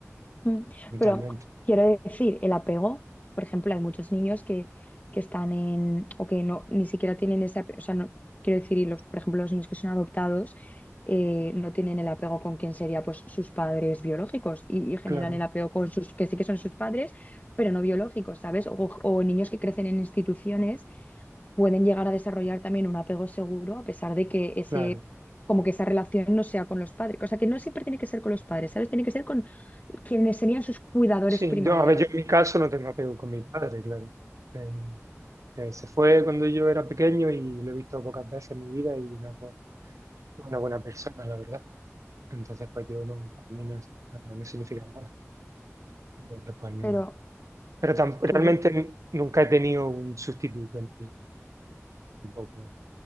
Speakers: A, on the left (about 30°); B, on the right (about 85°).
A: Mm,
B: mentalmente.
A: Pero quiero decir, el apego, por ejemplo, hay muchos niños que, que están en, o que no, ni siquiera tienen ese apego, o sea, no, quiero decir, y los, por ejemplo, los niños que son adoptados eh, no tienen el apego con quien sería pues sus padres biológicos y, y generan
B: Claro,
A: el apego con sus, que sí que son sus padres, pero no biológicos, ¿sabes? O, o niños que crecen en instituciones pueden llegar a desarrollar también un apego seguro a pesar de que ese...
B: claro.
A: como que esa relación no sea con los padres, o sea que no siempre tiene que ser con los padres, ¿sabes? Tiene que ser con, quienes serían sus cuidadores
B: Sí,
A: primarios.
B: yo, a ver, yo en mi caso no tengo apego con mi padre, claro. Eh, eh, se fue cuando yo era pequeño y lo he visto pocas veces en mi vida y nada, pues, es una buena persona, la verdad. Entonces, pues yo no, para mí no, es- no, no significa nada. Entonces, pues no.
A: Pero
B: Pero tam- realmente
A: tú,
B: n- nunca he tenido un sustituto en mí, tampoco. O